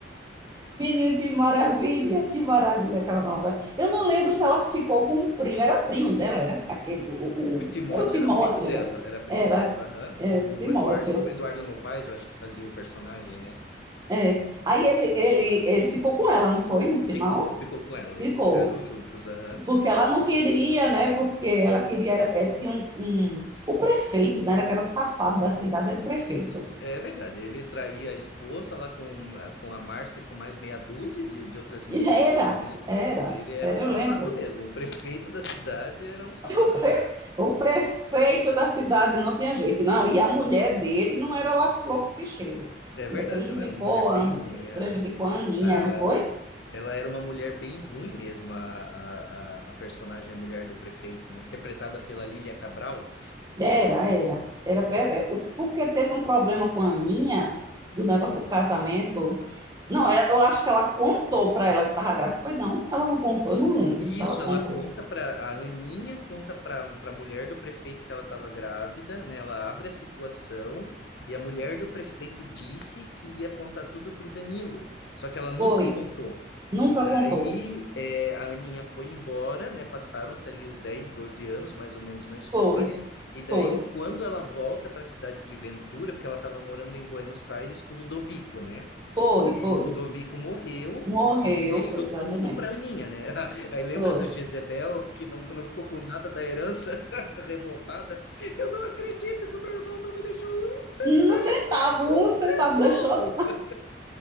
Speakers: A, on the right; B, on the left.
A: Menino, que maravilha, que maravilha aquela novela. Eu não lembro se ela ficou com um primo, era primo dela, era aquele, o,
B: O Timóteo
A: o- era o Timóteo,
B: era primo dela, era primo
A: era
B: dela, aham.
A: é,
B: O
A: Timóteo.
B: Eduardo, o Eduardo Novaes, eu acho que fazia o personagem, né?
A: é. Aí ele, ele, ele ficou com ela, não foi? No final?
B: Ficou, ficou com ela.
A: Ficou.
B: Eles ficaram juntos, aham.
A: Porque ela não queria, né? Porque ela queria, era- é, tinha um, um- o prefeito, né? Era que era um safado da cidade, era o prefeito.
B: É verdade, ele traía a esposa lá com, eh, com a Márcia e com mais meia dúzia de, de outras
A: <laughs>
B: meninas,
A: Era,
B: né?
A: era,
B: Ele era
A: era,
B: um safado
A: eu lembro.
B: mesmo, o prefeito da cidade era um safado.
A: O, pre- o prefeito da cidade não tinha jeito, não. E a mulher dele não era lá flor que se cheira.
B: É verdade,
A: Ainda prejudicou
B: ela era uma mulher
A: a,
B: bem ruim, aham.
A: prejudicou a Aninha,
B: Ah,
A: não foi?
B: ela era uma mulher bem ruim mesmo, a, a, a a personagem, a mulher do prefeito, né? Interpretada pela Lília Cabral.
A: Era, era. Era pe- é, porque teve um problema com a Aninha do negócio do casamento. Não, é- eu acho que ela contou para ela que estava grávida. Foi não, ela não contou, eu não lembro
B: E
A: se
B: Isso,
A: ela contou.
B: ela conta para a Aninha conta para para a mulher do prefeito que ela estava grávida, né? Ela abre a situação e a mulher do prefeito disse que ia contar tudo para o Danilo, só que ela nunca
A: Foi,
B: contou.
A: nunca
B: E daí
A: contou.
B: é, a Aninha foi embora, né? Passaram-se ali os 10 12 anos, mais ou menos, na história.
A: Foi,
B: E daí,
A: foi,
B: quando ela volta para a cidade de Ventura, porque ela estava morando em Buenos Aires com o Ludovico, né?
A: foi, foi.
B: E o Ludovico morreu
A: Morreu,
B: e deixou
A: foi exatamente.
B: tudo para Aninha, né? <laughs> Aí lembra
A: Foi.
B: da Jezebel, que não, não ficou com nada da herança, <laughs> revoltada? Eu não acredito que o meu irmão não me deixou um centavo!
A: Um centavo,
B: Um
A: um centavo deixou,
B: centavo!